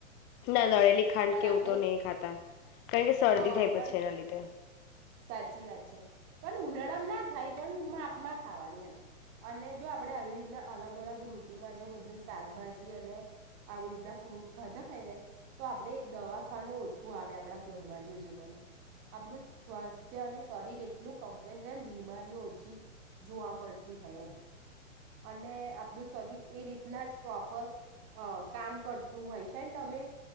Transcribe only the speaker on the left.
ના દડેલી ખાંડ
કેવું
તો નહીં ખાતા કારણ કે શરદી
થાય
પછી એના લીધે